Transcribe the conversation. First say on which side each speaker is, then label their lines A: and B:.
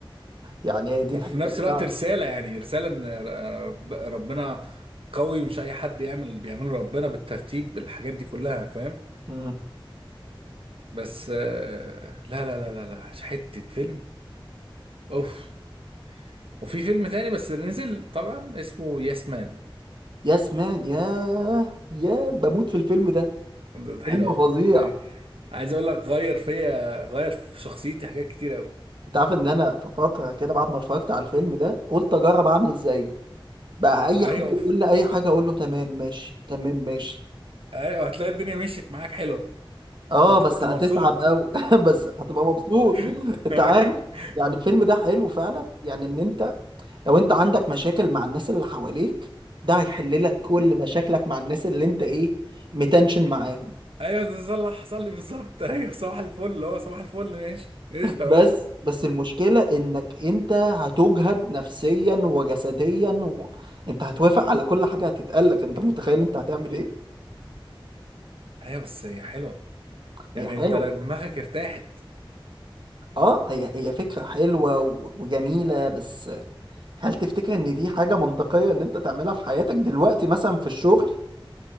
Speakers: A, on the right; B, on the right.
A: يعني هي دي
B: وفي
A: الحتة
B: نفس
A: بتاعته
B: الوقت رساله يعني رساله ان رب- ربنا قوي ومش اي حد يعمل اللي بيعمله ربنا بالترتيب بالحاجات دي كلها فاهم
A: مم.
B: بس آه، لا لا لا لا لا حته فيلم اوف وفي فيلم تاني بس نزل طبعا اسمه ياسمان
A: يا سمان يا يا بموت في الفيلم ده
B: ده ده
A: فيلم
B: حلو
A: فظيع
B: قوي ده حلو. عايز اقول لك غير فيا غير في شخصيتي حاجات كتير قوي
A: انت عارف ان انا في فترة كده بعد ما اتفرجت على الفيلم ده قلت اجرب اعمل زيه بقى اي
B: ايوه
A: حد
B: اوف
A: يقول لي اي حاجة اقول له تمام ماشي تمام ماشي
B: ايوه هتلاقي الدنيا مشيت معاك حلوه
A: اه
B: انت
A: بس
B: كنت
A: هتتعب
B: مبسوط
A: قوي <laughs> بس هتبقى مبسوط
B: <laughs>
A: انت عارف يعني الفيلم ده حلو فعلا يعني ان انت لو انت عندك مشاكل مع الناس اللي حواليك ده هيحل لك كل مشاكلك مع الناس اللي انت ايه متنشن معاهم
B: ايوه ده صلح حصل لي بالظبط <laughs> ايوه صباح الفل اللي هو صباح الفل ماشي قشطه
A: بس
B: ماشي
A: بس المشكلة انك انت هتجهد نفسيا وجسديا و... انت هتوافق على كل حاجة هتتقالك انت متخيل انت هتعمل ايه
B: ايوه بس هي حلوه يعني
A: هي حلوة
B: انت دماغك ارتاحت
A: اه هي هي فكرة حلوة و- وجميلة بس هل تفتكر ان دي حاجة منطقية ان انت تعملها في حياتك دلوقتي مثلا في الشغل